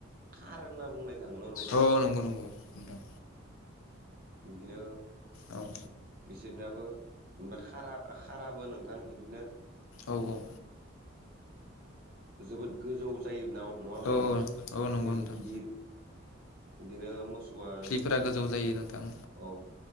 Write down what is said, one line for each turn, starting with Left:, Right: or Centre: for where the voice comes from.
Right: खार होनना बुंनाय थाङो न' नोंथां
Left: औ नंगौ नंगौ नोंथां
Right: इदिनो
Left: औ
Right: इसोरनियाबो ओमफाय खारा खाराबो नोंथां इदिनो
Left: औ औ
Right: जोबोद गोजौ जायो नाव नङा होमबा
Left: औ
Right: नोंथां
Left: औ
Right: बिसोर
Left: नंगौ नोंथां
Right: गिदिर इदिनो मोसौआ
Left: फोरा गोजौ जायो नोंथां
Right: औ